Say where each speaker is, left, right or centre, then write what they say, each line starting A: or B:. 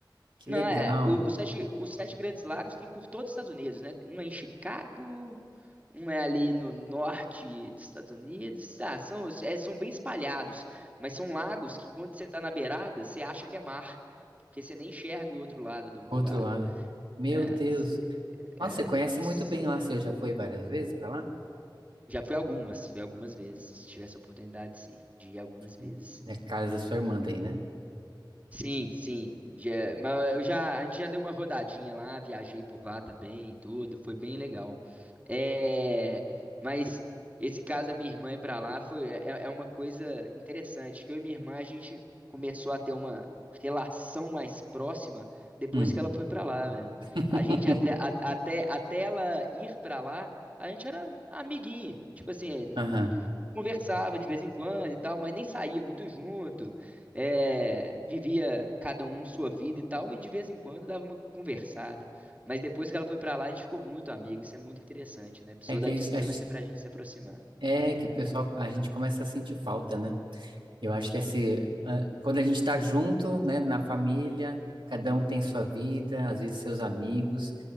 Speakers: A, on the right; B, on the right.
A: Que
B: Não,
A: legal.
B: é. o- Os sete, os sete grandes lagos tem por todos os Estados Unidos, né? Um é em Chicago, um é ali no norte dos Estados Unidos. Ah, são, é, são bem espalhados, mas são lagos que quando você tá na beirada, você acha que é mar, porque você nem enxerga o outro lado do,
A: Outro
B: do lago.
A: lado. Meu
B: É,
A: Deus.
B: se- é,
A: Nossa, você conhece
B: se-
A: muito bem lá, você já foi várias vezes pra lá?
B: já fui algumas, fui algumas vezes. Se Tivesse essa oportunidade, sim, de ir algumas vezes.
A: Hum. É a casa da sua irmã daí, né?
B: Sim, sim. Já, mas eu já, a gente já deu uma rodadinha lá, viajei por lá também e tudo, foi bem legal. É, mas esse caso da minha irmã ir pra lá foi, é, é é uma coisa interessante, que eu e minha irmã, a gente começou a ter uma relação mais próxima depois
A: Hum.
B: que ela foi pra lá, velho.
A: <laughs>
B: A gente até, a- até, até ela ir pra lá, a gente era amiguinho, tipo assim,
A: Aham.
B: conversava de vez em quando e tal, mas nem saía muito junto. É, vivia cada um sua vida e tal, e de vez em quando dava uma conversada. Mas depois que ela foi pra lá, a gente ficou muito amigo. Isso é muito interessante, né? Pessoa
A: É que
B: da
A: a
B: distância
A: gente, a gente-
B: pra gente se aproximar.
A: é que o pessoal, a gente começa a sentir falta, né? Eu acho que assim, ah, quando a gente tá junto, né, na família, cada um tem sua vida, às vezes seus amigos,